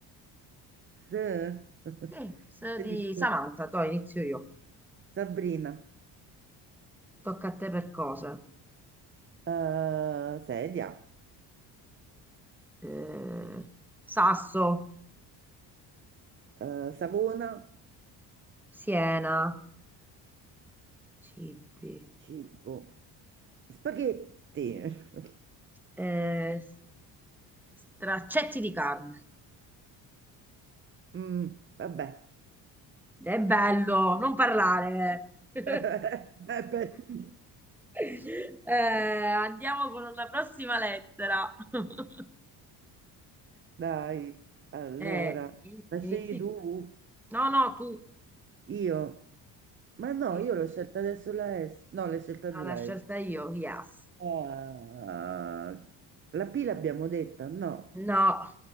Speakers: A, on the right (about 30°); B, in the centre.
A: S. <laughs>
B: Sì, S
A: S
B: di
A: di S.
B: Samantha, to inizio io.
A: Sabrina.
B: Tocca a te per cose.
A: Eh, sedia.
B: Eh, Sasso,
A: Eh, Savona.
B: Siena, cibi,
A: Cibo. Spaghetti. <laughs>
B: eh, straccetti di carne.
A: Mm, vabbè.
B: È bello, non parlare. <laughs>
A: <laughs> È bellissimo.
B: Eh, andiamo con la prossima lettera. <laughs>
A: Dai, allora,
B: Eh, in-
A: la
B: inizi
A: scegli tu?
B: tu. No, no, tu.
A: Io? Ma no,
B: Sì,
A: io l'ho scelta adesso la S. No, l'hai scelta
B: no,
A: tu la
B: la scelta
A: S.
B: io, yes.
A: Ah, la P l'abbiamo detta, no.
B: No,